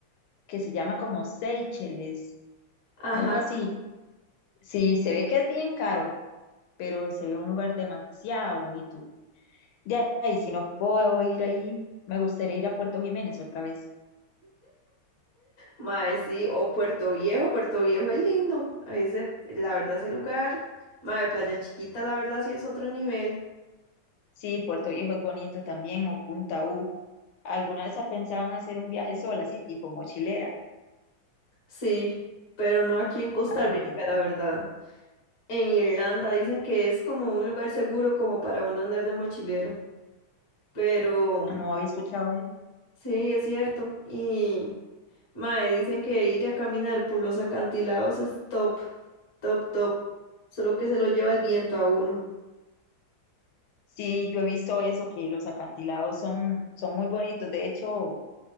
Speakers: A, on the left; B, on the left.
A: que se llama como Seychelles,
B: ajá.
A: algo así. Sí, se ve que es bien caro, pero se ve un lugar demasiado bonito. Ya, y si no puedo ir ahí, me gustaría ir a Puerto Jiménez otra vez.
B: Mae, sí, o Puerto Viejo, Puerto Viejo es lindo. Ahí se, la verdad, ese lugar. Mae, Playa Chiquita, la verdad, sí es otro nivel.
A: Sí, Puerto Viejo es bonito también, o Punta U. ¿Alguna vez ha pensado en hacer un viaje sola, así tipo mochilera?
B: Sí, pero no aquí en Costa
A: ¿A
B: Rica,
A: dónde?
B: la verdad. En Irlanda dicen que es como un lugar seguro, como para uno andar de mochilero. Pero
A: Ah, No había escuchado de eso.
B: sí, es cierto. Y mae, dicen que ir a caminar por los acantilados es top, top, top. Solo que se lo lleva el viento a uno.
A: Sí, yo he visto eso, que los acantilados son, son muy bonitos. De hecho,